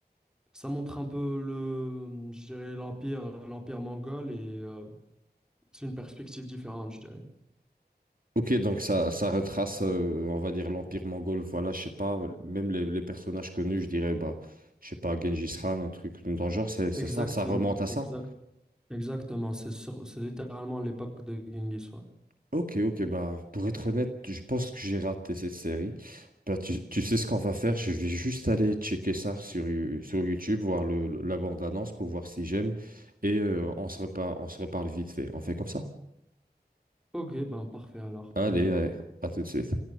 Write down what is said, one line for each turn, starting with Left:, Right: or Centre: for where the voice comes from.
Centre: ça montre un peu le, je dirais, l'empire, l'empire mongol et euh, c'est une perspective différente, je dirais.
Right: Ok, donc ça, ça retrace, euh, on va dire, l'Empire mongol. Voilà, je sais pas, même les, les personnages connus, je dirais, bah, je sais pas, Gengis Khan, un truc dans le genre, c'est c'est
Centre: Exactement,
Right: ça, ça remonte à ça.
Centre: exactement. Exactement, c'est sur- c'est littéralement l'époque de Genghis, ouais.
Right: Ok, ok, bah, pour être honnête, je pense que j'ai raté cette série. Bah, tu, tu sais ce qu'on va faire, je vais juste aller checker ça sur, You- sur YouTube, voir le, le- la bande-annonce pour voir si j'aime, et euh, on se reparle, on se reparle vite fait. On fait comme ça?
Centre: Ok, ben parfait alors,
Right: Allez,
Centre: vas-y.
Right: allez, à tout de suite.